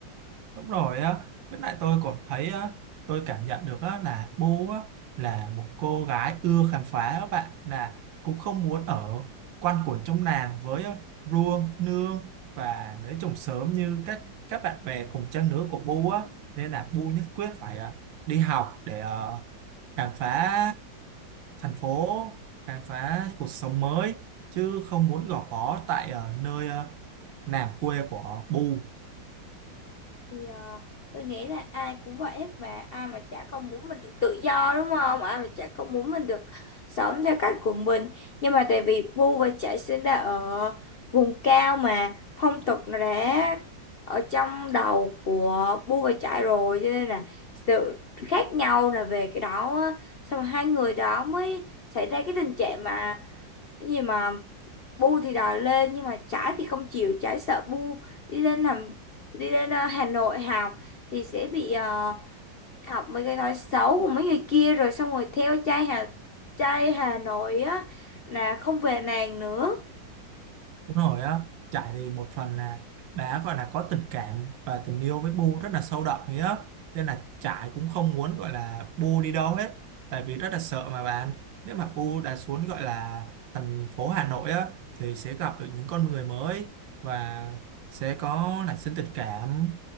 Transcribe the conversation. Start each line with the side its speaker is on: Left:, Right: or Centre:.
Right: Đúng rồi á, với lại tôi còn thấy á, tôi cảm nhận được á, là Bu á, là một cô gái ưa khám phá á bạn là cũng không muốn ở quanh quẩn trong làng với á, Ruông, Nương và nữ trùng sớm như các các bạn bè cùng trang lứa của Bu á nên là Bu nhất quyết phải à, đi học để ờ, khám phá thành phố, khám phá cuộc sống mới chứ không muốn gò bó tại ờ, nơi ờ, làng quê của Bu.
Left: thì ờ, tôi nghĩ là ai cũng vậy hết mà ai mà chả không muốn mình được tự do đúng không ai mà chả không muốn mình được sống theo cách của mình nhưng mà tại vì Bu và Trải sinh ra ở vùng cao mà phong tục nó đã ở trong đầu của Bu và Trải rồi cho nên là sự khác nhau là về cái đó á. xong rồi hai người đó mới xảy ra cái tình trạng mà cái gì mà Bu thì đòi lên nhưng mà Trái thì không chịu Trái sợ Bu đi lên làm đi lên ờ, Hà Nội học thì sẽ bị ờ, học mấy cái nói xấu của mấy người kia rồi xong rồi theo trai Hà trai Hà Nội á là không về nàng nữa
Right: Đúng rồi á, trải thì một phần là đã gọi là có tình cảm và tình yêu với Bu rất là sâu đậm ấy á. Nên là trải cũng không muốn gọi là Bu đi đâu hết. Tại vì rất là sợ mà bạn. Nếu mà Bu đã xuống gọi là thành phố Hà Nội á, thì sẽ gặp được những con người mới và sẽ có nảy sinh tình cảm.